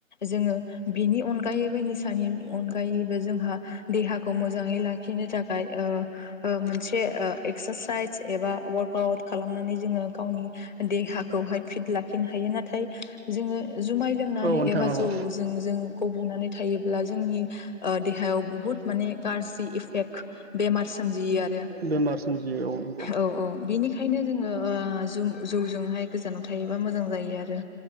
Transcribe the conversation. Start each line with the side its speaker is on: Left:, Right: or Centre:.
Left: जोङो बेनि अनगायैबो निसा नि अनगायैबो जोंहा देहाखौ मोजाङै लाखिनो थाखाय ओ ओ मोनसे ओ एक्सारसाइस एबा वार्कआउट खालामनानै जोङो गावनि देहाखौ वाहाय फिट लाखिनो हायो नाथाय जोङो जुमाय लोंनानै
Right: औ नोंथां
Left: एबा
Right: औ
Left: जौ जों जों गब'नानै थायोब्ला जोंनि ओ देहायाव बुहुत माने गाज्रि इफेक्ट बेमार सोमजियो आरो
Right: बेमार सोमजियो नंगौ
Left: औ औ बिनिखायनो जोङो जो जु जौजोंहाय गोजानाव थायोबा मोजां जायो आरो